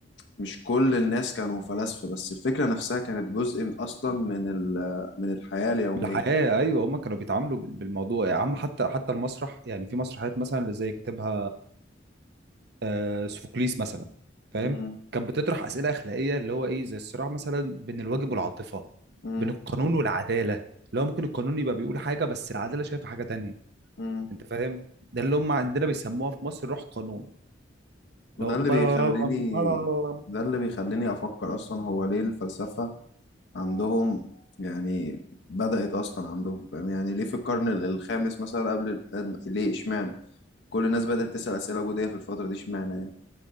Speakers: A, on the left (about 65°); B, on the right (about 60°).
A: مش كل الناس كانوا فلاسفة بس الفكرة نفسها كانت جزء من اصلا من ال- من الحياة اليومية
B: بالحياة أيوة هما كانوا بيتعاملوا بال- بالموضوع يا عم حتى حتى المسرح يعني في مسرحيات مثلا اللي زي كاتبها آه، سوفوكليس مثلا فاهم
A: مم.
B: كانت بتطرح أسئلة أخلاقية اللي هو إيه زي الصراع مثلا بين الواجب والعاطفة
A: مم.
B: بين القانون والعدالة اللي هو ممكن القانون يبقى بيقول حاجة بس العدالة شايفة حاجة تانية
A: مم.
B: أنت فاهم ده اللي هم عندنا بيسموها في مصر روح قانون
A: وده
B: اللي هو
A: اللي
B: بلالم
A: بيخليني
B: بلالم
A: ده اللي بيخليني أفكر أصلا هو ليه الفلسفة عندهم يعني بدأت أصلا عندهم فاهم يعني ليه في القرن ال- الخامس مثلا قبل الإسلام؟ ليه إشمعنى كل الناس بدأت تسأل أسئلة وجودية في الفترة دي إشمعنى يعني